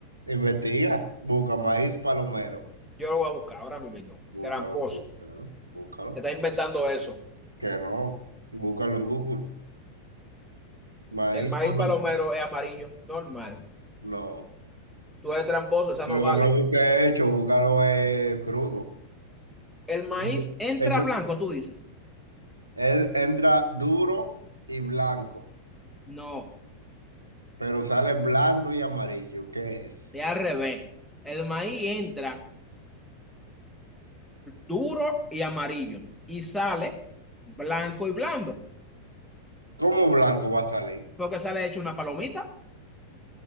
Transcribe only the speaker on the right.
Investiga, busca maíz palomero.
Búscalo,
tú, claro, búscalo.
Que no, búscalo en Google. Maíz
palomero.
No.
Lo
que no lo busqué hecho, búscalo es crudo.
Hecho,
hecho-
él entra duro y blanco,
pero sale blando y amarillo. ¿Qué es?
¿Cómo blanco va a salir?